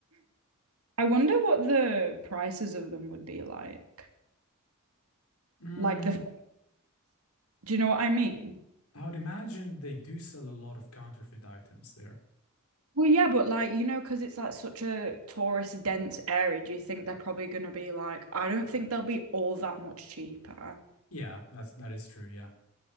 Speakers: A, on the right; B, on the left.
A: I wonder what the prices of them would be like.
B: Mm,
A: Like the, do you know what I mean?
B: I would imagine they do sell a lot of counterfeit items there.
A: Well, yeah, but like, you know, because it's like such a tourist dense area, do you think they're probably going to be like, I don't think they'll be all that much cheaper.
B: Yeah, that's that is true. Yeah.